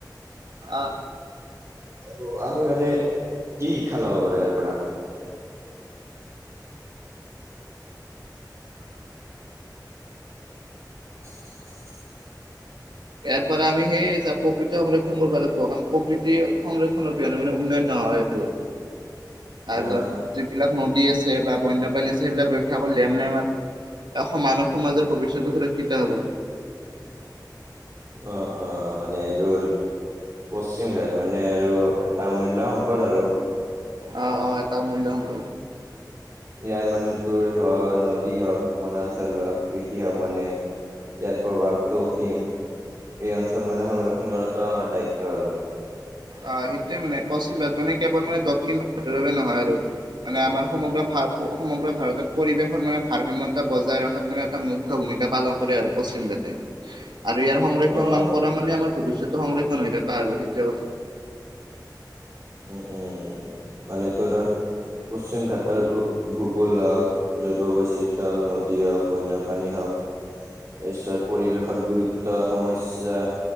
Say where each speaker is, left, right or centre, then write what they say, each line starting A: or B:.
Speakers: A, on the right; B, on the right.
A: আহ
B: অ আমি মানে কি শিক্ষা লব পাৰো ইয়াৰ পৰা। <inaudible> <inaudible>
A: ইয়াৰ পৰা আমি সেই প্ৰকৃতি সংৰক্ষণ কৰিব লাগিব কাৰণ প্ৰকৃতি সংৰক্ষণৰ অবিহনে মানে অনয়্য হয় আৰু। তাৰপিছত
B: আহ
A: যিবিলাক নদী আছে বা বন্যপ্ৰাণী আছে সেইবিলাক ৰক্ষা কৰি দিয়াম নাই আমাৰ। এ মানৱ সমাজৰ ভৱিষ্যতে সুৰক্ষিত হব।
B: অ অ মানেটোৰ পশ্চিম ঘাট মানে আৰু এটা অমূল্যয় সম্পদ আৰু।
A: আহ আহ এটাও মূল্য হব।
B: ইয়াৰ মানুহ তোৰ হ নদী হওঁক বনাঞ্চল হওঁক কৃষি হওঁক মানে। ইয়াৰ প্ৰভাৱ দক্ষিণ। এই অঞ্চল মানে সংৰক্ষণ কৰাটো আমাৰ দায়িত্ব আৰু।
A: অ সেইটোৱে মানে পশ্চিম ভাৰত মানে কেৱল মানে দক্ষিণ ভাৰতৰ বাবে নহয় আৰু। মানে আমাৰ সমগ্ৰ ভ সমগ্ৰ ভাৰতত পৰিৱেশৰ মানে ভাৰসাম্যতা বজাই ৰখাত মানে এটা মুখ্য ভূমিকা। ভূমিকা পালন কৰে আৰু পশ্চিম জাতে আৰু ইয়াৰ সংৰক্ষণ
B: অ
A: মান কৰা মানে আমাৰ ভৱিষ্যতো সংৰক্ষণ হৈ থাককা আৰু সেইটোৱে কথা।
B: উম উম মানে তোৰ পশ্চিম ঘাটৰ ভূ ভূগোল হওক জৈৱ বৈচ্ৰ হক নদী হওক বন্যপ্ৰাণী হওক তাৰপিছত পৰিৱেশত গুৰুত্ব সমস্যা।